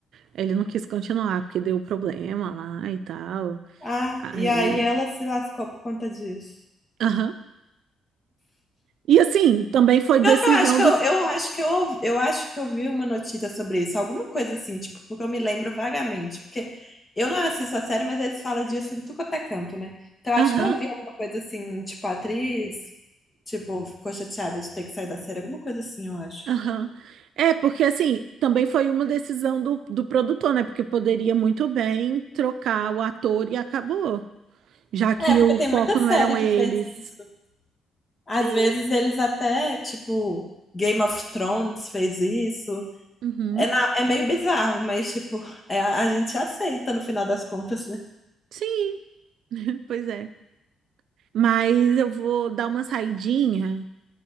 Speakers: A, on the right; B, on the left.
A: ele não quis continuar porque deu problema lá e tal.
B: Ah,
A: Aí,
B: e aí ela se lascou por conta disso.
A: aham. E assim, também foi
B: Pior
A: decisão
B: que eu acho que
A: dos,
B: eu, eu acho que eu, ouvi- eu acho que eu vi uma notícia sobre isso, alguma coisa assim, tipo, porque eu me lembro vagamente, porque eu não assisto a série, mas eles falam disso em tudo quanto é canto, né? Então eu
A: aham,
B: acho que eu vi alguma coisa assim, tipo, a atriz, tipo, ficou chateada de ter que sair da série, alguma coisa assim, eu acho.
A: aham. É, porque assim, também foi uma decisão do, do produtor, né? Porque poderia muito bem trocar o ator e acabou. já que
B: É, porque
A: o
B: tem
A: foco
B: muita série
A: não eram eles.
B: que fez isso. Às
A: Sim,
B: vezes eles até, tipo, Game of Thrones fez isso.
A: uhum,
B: É, na- é meio bizarro, mas, tipo, é, a a gente aceita no final das contas, né?
A: sim, <laughs> pois é. Mas eu vou dar uma saidinha